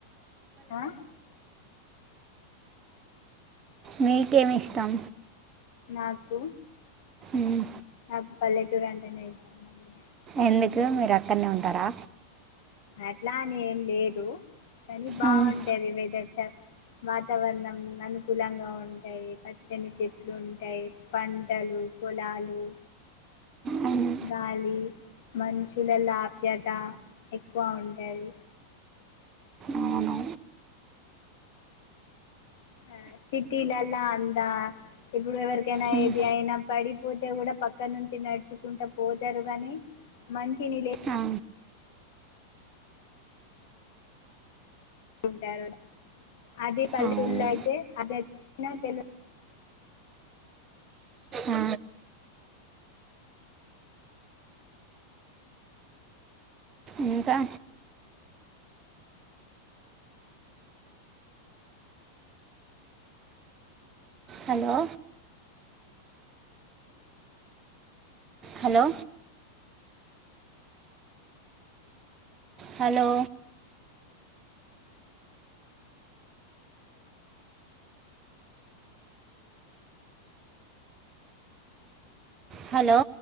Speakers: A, on the left; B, on the right.
A: ఆ
B: మీకేమ్ ఇష్టం?
A: నాకు,
B: మ్మ్.
A: నాకు పల్లెటూరు అంటేనే ఇష్టమండి.
B: ఎందుకు మీరక్కడనే ఉంటారా?
A: అట్లా అనే ఏం లేదు కానీ బాగుంటారు
B: మ్మ్.
A: ఇవిదచ్చ వాతావరణం అనుకూలంగా ఉంటాయి పచ్చని చెట్లు ఉంటాయి పంటలు పలాలు
B: అవును
A: గాలి మనుషుల లాభ్యత ఎక్కువ ఉంటుంది
B: అవును
A: ఆ సిటీలలా అందా ఇప్పుడు ఎవరికైనా
B: మ్మ్.
A: ఏది అయినా పడిపోతే కూడా పక్క నుంచి నడుచుకుంటూ పోతారు గానీ మంచిషని లే
B: ఆ,
A: టారు అది పల్లెటూలో
B: అవును
A: అయితే అభ్యథ తె
B: ఆ, ఇంకా హలో హలో హలో హలో